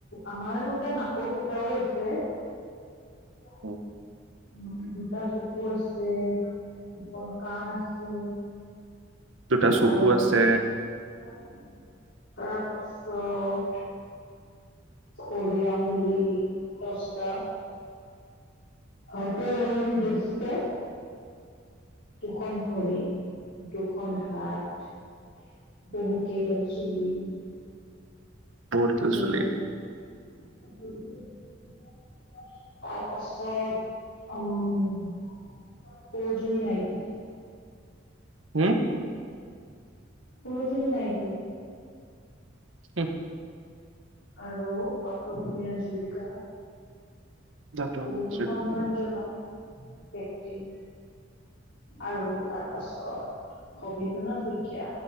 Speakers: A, on the left; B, on the right.
A: আমাৰ দুটা নাকৰ ফুতাও আছে। <inaudible>
B: ও'।
A: উম' দুটা চকু আছে, দুখন কাণ আছে।
B: দুটা চকু
A: আৰু
B: আছে
A: তাৰ পাছত- ভৰি আঙুলি দচতা। হাতৰ আঙুলি দচটা। দুখন ভৰি, দুখন হাত। বহুত কেইডাল চুলি।
B: বহুত
A: <unintelligible>
B: কিল চুলি
A: তাৰ পাছত উম। সৰোজনী নাইডু।
B: হুম?
A: সৰোজিনী নাইডু।
B: হিপ।
A: আৰু ডক্তৰ ভূপেন হাজৰিকা।
B: ডাক্তৰ
A: বহুতো
B: কৈছে।
A: সন্মানজনক ব্যক্তি। আৰু তাৰপাছত ভবেন্দ্ৰ নাথ শইকীয়া,